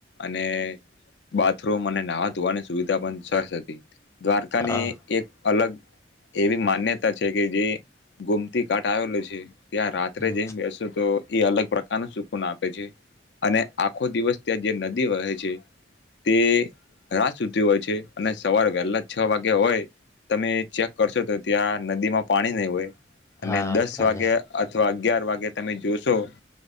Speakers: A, on the left; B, on the left.
A: અને બાથરૂમ અને નાહવા ધોવાની સુવિધા પણ સરસ હતી દ્વારકાની
B: હા
A: એક અલગ એવી માન્યતા છે કે જે ગુમતી કાટ આવેેલ છે ત્યાં રાત્રે
B: હમ
A: જેમ બેસો તો એ અલગ પ્રકારનું સુકુન આપે છે અને આખો દિવસ ત્યાં જે નદી વહે છે તે રા સુતી હોય છે અને સવાર વહેલા છ વાગ્યા હોય તમે ચેક કરશો તો ત્યાં નદીમાં પાણી નહીં હોય અને
B: હા
A: દસ
B: સાથે
A: વાગે અથવા અગિયાર વાગે તમે જોશો તો